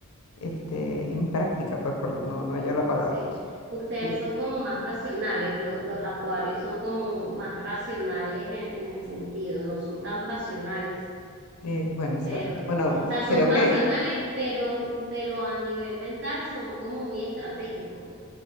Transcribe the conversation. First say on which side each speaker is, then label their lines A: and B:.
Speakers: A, on the left; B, on the right.
A: este, impráctica, pues por no, no hallo la palabra.
B: Sí, ustedes
A: Sí,
B: son como más racionales, lo- los acuarios son como más racionales en, en el sentido, no son tan pasionales,
A: eh, bueno, exacto.
B: creo que.
A: Bueno,
B: O sea, son
A: creo
B: pasionales,
A: que
B: pero, pero a nivel mental son como muy estratégicos.